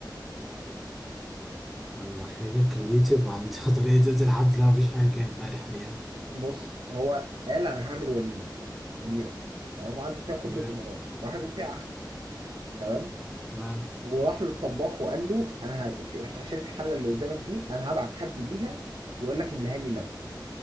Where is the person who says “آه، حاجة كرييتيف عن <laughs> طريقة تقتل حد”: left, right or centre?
Centre